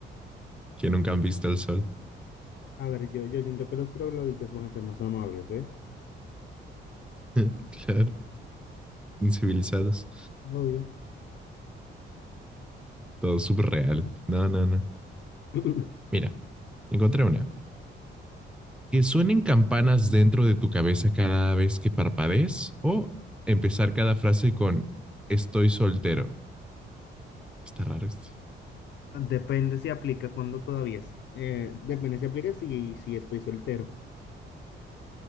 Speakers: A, in the centre; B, on the left.
A: que nunca han visto el sol?
B: A ver, yo, yo siento que los trogloditas van a ser más amables, ¿eh?
A: <laughs> Claro, incivilizados.
B: Obvio.
A: Todo subreal. No, no, no.
B: <clears throat>
A: Mira, encontré una. Que suenen campanas dentro de tu cabeza cada vez que parpadees o empezar cada frase con estoy soltero. Está raro esto. <laughs>
B: Depende si aplica cuando todavía es. eh, depende si aplica si, si estoy soltero.